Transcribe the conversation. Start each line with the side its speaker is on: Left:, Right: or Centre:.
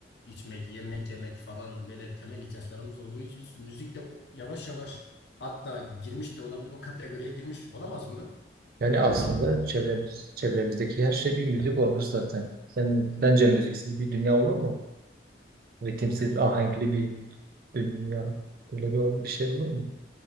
Left: içmek, yemek yemek falan böyle temel ihtiyaçlarımız olduğu için müzik de o- yavaş yavaş hatta girmiş de olabilir, o kategoriye girmiş olamaz mı?
Right: yani aslında çevremiz, çevremizdeki her şey bir müzik olur zaten. Sen bence müziksiz bir dünya olur mu? ritimsiz,
Left: Yani
Right: ahenkli bir dünya. Böyle bir, bir şey olur mu?